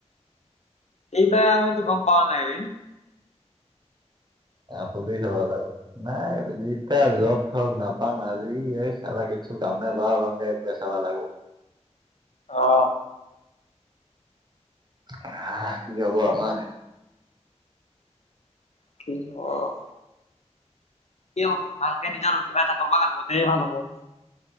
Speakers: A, on the left; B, on the right.
A: এই তা আমিতো গম পাৱ নাই ৰে
B: সুধি চাবা লাগব, নাই যেতিয়া জব থব নাপাওঁ আজি এই চালা কিছু কাম নে লহা ভাংগাই বেচাবা লাগব।
A: অ।
B: হা, কি হব আমাৰ?
A: কি হ'ব! কি হ'ব, ভালকে নিজৰ কিবা এটা কৰবা লাগব, তে ভাল হ'ব।